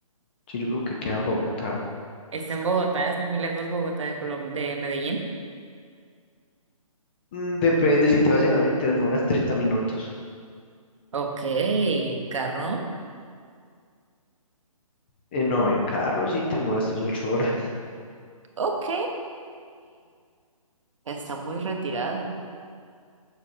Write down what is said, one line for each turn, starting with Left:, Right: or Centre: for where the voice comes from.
Left: Sí, yo creo que queda en Bogotá.
Right: Está en Bogotá, está muy lejos Bogotá de Colom- de Medellín.
Left: Mm, Depende, si te vas en avión te demoras 30 minutos.
Right: Ok, encarnó.
Left: Eh, no, en carro sí te demoras tus 8 horas.
Right: Ok. Está muy retirado.